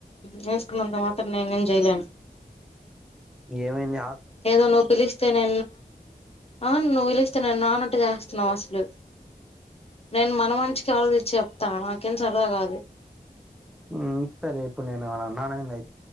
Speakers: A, on the left; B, in the centre.
A: చేేసుకున్నంత మాత్రం నేను నేను చేయలేను
B: ఏమంది
A: ఏదో నువ్వు పిలిస్తే నే ఆ నువ్వు పిలిస్తే నే నా అట్ చేస్తున్నాం అసలు నేను మన మంచికే ఆలోచించి చెప్తా నాకేం సరదా కాదు
B: హు సరే ఇప్పుడు నేను ఏమన్నా అన్నానా ఏంది